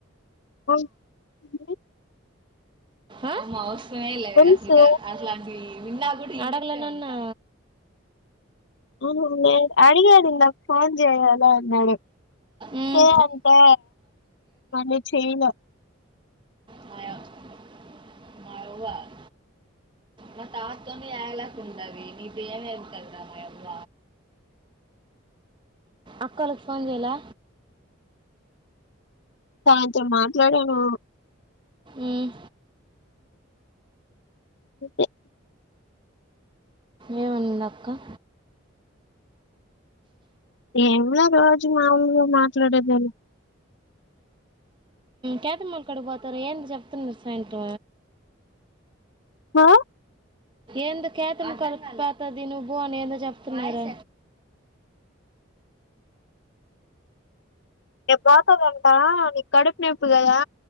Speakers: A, on the left; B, on the right.
A: ఉమ్ ఏంది.
B: ఆహ్. అసలు ఏం లేవు
A: తెలుసు
B: కానీ ఇంకా అట్లాంటివి. అడగలే నన్ను.
A: అవును ఉన్నాయిగా. అడిగాడు నాకు ఫోన్ చేయాలా అన్నాడు
B: ఉమ్,
A: ఏ అంతా మళీ చెయ్మ.
B: మాయ ద్వీపం మా తాతతోని ఏగలాకు ఉండది నీది ఏమ ఆహ్ కదరా మావ్వ. అక్కలకు ఫోన్ చేయలే.
A: దాంతో మాట్లాడాను.
B: ఉమ్.
A: ఆహ్.
B: ఏముందక్క.
A: ఎనిమిదవ రోజు మాముూలుగా మాట్లాడేదళ.
B: కతమల్ కడు పోతారు ఏంటి చెప్తు నిసేంట్.
A: ఎవరు.
B: ఎందు కేతము కలిపోతది నువ్వు పో నేను చెప్తున్నాను.
A: డాక్టర్ అంట నీకు కడుపు నొప్పి అంటగా